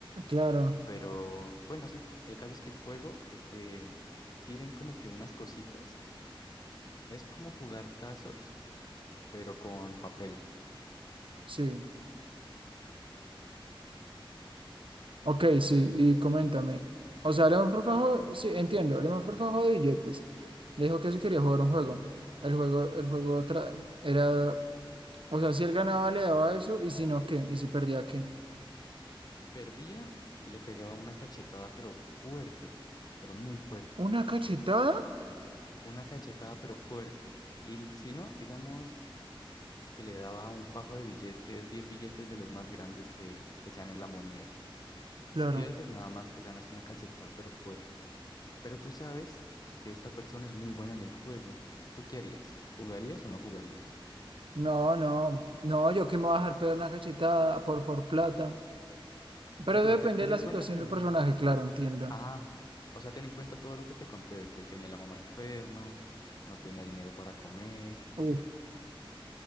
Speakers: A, on the right (about 65°); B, on the left (about 45°).
A: claro,
B: pero bueno, sí, el caso es que el juego es que tiren como que unas cositas, es como jugar tazos, pero con papel.
A: sí. Ok, sí, y coméntame. O sea, León Forfajo, sí, entiendo, León Forfajo de billetes. Le dijo que sí quería jugar un juego. El juego, el juego tra- era, o sea, si él ganaba le daba eso, y si no, ¿qué? Y si perdía, ¿qué?
B: Si perdía, le pegaba una cachetada, pero fuerte, pero muy fuerte.
A: ¿Una cachetada?
B: una cachetada pero fuerte. Y si no, digamos que le daba un fajo de billetes, 10 billetes de los más grandes que, que sean en la moneda. Y
A: Claro.
B: si pierdes, nada más te ganas una cachetada pero fuerte. Pero tú sabes que esta persona es muy buena en el juego. ¿Tú qué harías? ¿Jugarías o no jugarías?
A: No, no, no, yo que me voy a dejar pegar una cachetada por, por plata. Pero
B: No, pero
A: eso depende
B: te- ten
A: de la
B: en cuenta
A: situación
B: que...
A: del personaje, claro, entiendo.
B: Ah, o sea, ten en cuenta todo lo que te conté de que él tenía la mamá enferma, no tenía dinero para comer.
A: Uf.